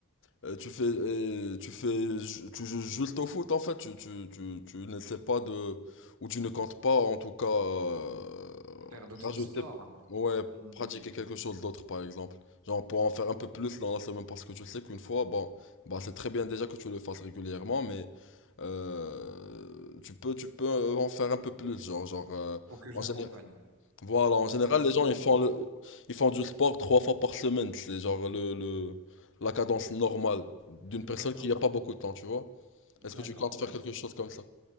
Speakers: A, on the left; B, on the right.
A: Euh, tu fais, et tu fais, ju- tu joues juste au foot en fait, tu, tu, tu, tu n'essaies pas de, ou tu ne comptes pas en tout cas euh,
B: Faire d'autres
A: rajouter,
B: sports,
A: ouais,
B: hmm,
A: pratiquer quelque chose d'autre par exemple. Genre pour en faire un peu plus dans la semaine parce que tu sais qu'une fois, bon, bah c'est très bien déjà que tu le fasses régulièrement, mais euh, tu peux, tu peux en faire un peu plus, genre, genre, euh,
B: faut que j'accompagne,
A: en général. Voilà, en
B: faut
A: général,
B: que j'accompagne.
A: les gens ils font le, ils font du sport trois fois par semaine. C'est genre le, le- la cadence normale d'une
B: D'accord,
A: personne qui n'a pas beaucoup de temps, tu vois.
B: d'accord.
A: Est-ce que tu comptes
B: En fait,
A: faire quelque chose comme ça?